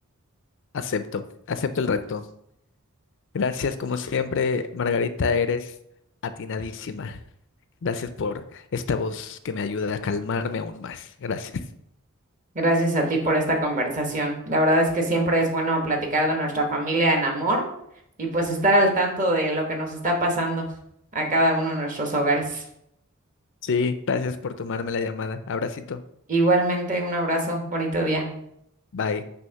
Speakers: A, on the left (about 60°); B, on the right (about 35°).
A: Acepto, acepto el reto. Gracias, como siempre, Margarita, eres atinadísima. Gracias por esta voz que me ayuda a calmarme aún más. Gracias.
B: Gracias a ti por esta conversación. La verdad es que siempre es bueno platicar de nuestra familia en amor y pues estar al tanto de lo que nos está pasando a cada uno de nuestros hogares.
A: Sí, gracias por tomarme la llamada. Abracito.
B: Igualmente, un abrazo, bonito día.
A: Bye.